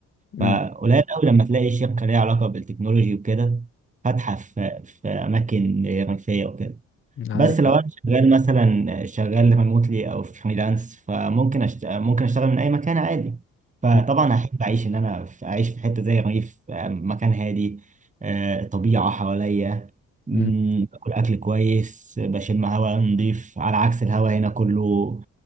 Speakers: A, on the left (about 40°); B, on the right (about 25°).
A: امم
B: فقليل قوي لما تلاقي شركة ليها علاقة بالتكنولوجي وكده فاتحة في في أماكن ريفية وكده
A: عندك
B: بس لو
A: حق
B: أنا شغال مثلا شغال ريموتلي أو فريلانس فممكن أشت... ممكن أشتغل من أي مكان عادي فطبعا
A: مم.
B: هحب أعيش إن أنا في- أعيش في حتة زي الريف آه، مكان هادي آه، طبيعة حواليا مم،
A: مم.
B: باكل أكل كويس بشم هواء نضيف على عكس الهواء هنا كله